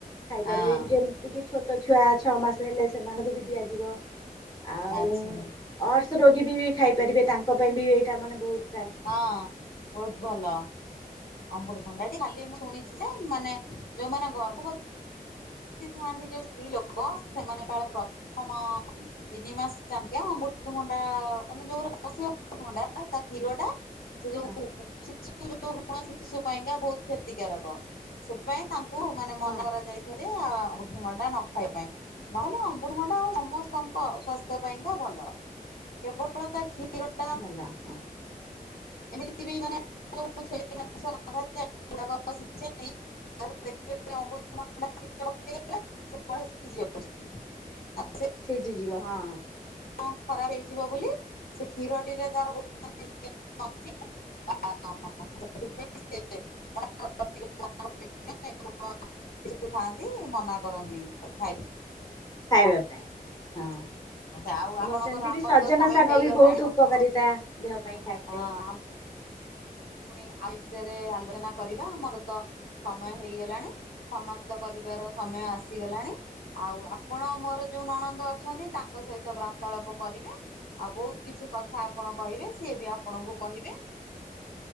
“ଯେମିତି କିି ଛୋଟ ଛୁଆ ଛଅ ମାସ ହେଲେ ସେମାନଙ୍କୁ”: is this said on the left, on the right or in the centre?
Left